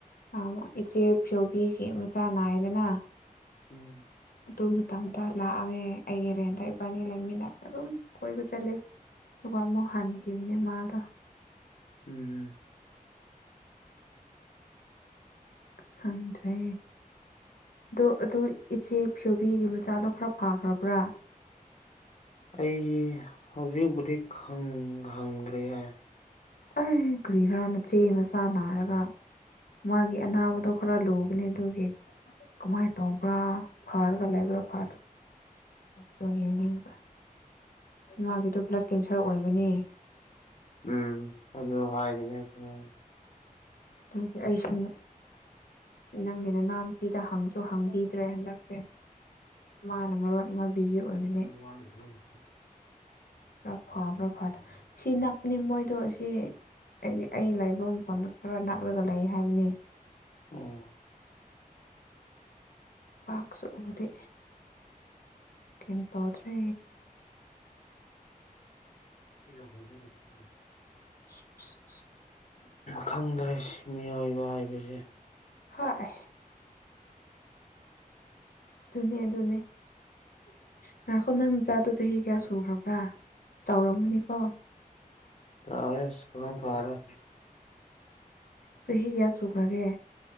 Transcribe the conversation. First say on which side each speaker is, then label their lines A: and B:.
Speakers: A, on the left; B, on the left.
A: <unintelligible> ꯏꯆꯦ ꯐꯤꯌꯣꯕꯤꯒꯤ ꯃꯆꯥ ꯅꯥꯏꯌꯦꯗꯅ
B: ꯎꯝ
A: ꯑꯗꯨꯝ ꯃꯇꯝꯗ ꯂꯥꯛꯑꯒꯦ ꯑꯩꯒꯤ ꯔꯦꯟꯇ ꯏꯕꯥꯟꯅꯤ ꯂꯩꯃꯤꯟꯅ ꯑꯗꯨꯝ ꯀꯣꯏꯕ ꯆꯠꯂꯦ ꯑꯗꯨꯒ ꯑꯃꯨꯛ ꯍꯟꯈꯤꯝꯅꯦ ꯃꯥꯗꯣ
B: ꯎꯝ ꯎꯝ
A: ꯈꯪꯗ꯭ꯔꯦ꯫ ꯑꯣ ꯑꯗꯨ ꯏꯆꯦ ꯐ꯭ꯌꯣꯕꯤꯒꯤ ꯃꯆꯥꯗꯣ ꯈꯔ ꯐꯈ꯭ꯔꯕ꯭ꯔꯥ꯫
B: ꯑꯩ ꯍꯧꯖꯤꯛꯕꯨꯗꯤ ꯈꯪ ꯍꯪꯗ꯭ꯔꯤꯌꯦ꯫
A: ꯑꯩ ꯀ꯭ꯔꯤꯔꯥ ꯅꯆꯦ ꯃꯆꯥ ꯅꯥꯔꯒ꯫ ꯃꯥꯒꯤ ꯑꯅꯥꯕꯗꯣ ꯈꯔ ꯂꯨꯕꯅꯦ ꯑꯗꯨꯒꯤ ꯀꯃꯥꯏꯅ ꯇꯧꯕ꯭ꯔꯥ ꯐꯥꯔꯒ ꯂꯩꯕ꯭ꯔꯥ ꯐꯥꯗ <unintelligible> ꯌꯨꯅꯤꯡꯕ ꯃꯥꯒꯤꯗꯣ ꯕ꯭ꯂꯗ ꯀꯦꯟꯁꯔ ꯑꯣꯏꯕꯅꯦ꯫
B: ꯎꯝ ꯑꯗꯨ ꯍꯥꯏꯔꯤꯅꯦ <unintelligible>
A: ꯑꯗꯨꯒꯤ ꯑꯩꯁꯨ ꯅꯪꯒꯤ ꯅꯅꯥꯎꯅꯨꯄꯤꯗ ꯍꯪꯁꯨ ꯍꯪꯕꯤꯗ꯭ꯔꯦ ꯍꯟꯗꯛꯁꯦ꯫ ꯃꯥꯅ ꯃꯔꯣꯟ ꯑꯃ ꯕꯤꯖꯤ ꯑꯣꯏꯕꯅꯦ꯫
B: <unintelligible>
A: ꯈ꯭ꯔ ꯐꯕ꯭ꯔ ꯐꯗ ꯁꯤ ꯅꯛꯄꯅꯤ ꯃꯣꯏꯗꯣ ꯑꯁꯤ ꯑꯩꯒꯤ ꯑꯩ ꯂꯩꯕ ꯃꯐꯝꯗ ꯈꯔ ꯅꯛꯂꯒ ꯂꯩ ꯍꯥꯏꯕꯅꯤ꯫
B: ꯑꯣ꯫
A: ꯄꯥꯛꯁꯨ ꯎꯗꯦ꯫ ꯀꯦꯟ ꯇꯥꯗ꯭ꯔꯦ
B: <unintelligible>
A: <unintelligible>
B: ꯈꯪꯗ꯭ꯔꯦ ꯃꯤꯑꯣꯏꯕ ꯍꯥꯏꯕꯁꯦ꯫
A: ꯍꯣꯏ꯫ ꯗꯨꯅꯦ ꯑꯗꯨꯅꯦ꯫ ꯉꯥꯏꯈꯣ ꯅꯪ ꯅꯆꯥꯗꯣ ꯆꯍꯤ ꯀꯌꯥ ꯁꯨꯈ꯭ꯔꯕ꯭ꯔꯥ ꯆꯥꯎꯔꯝꯒꯅꯤꯀꯣ꯫
B: ꯆꯥꯎꯔꯦ ꯑꯁ ꯄꯥꯈꯪ ꯐꯥꯔꯦ꯫
A: ꯆꯍꯤ ꯀꯌꯥ ꯁꯨꯈ꯭ꯔꯒꯦ꯫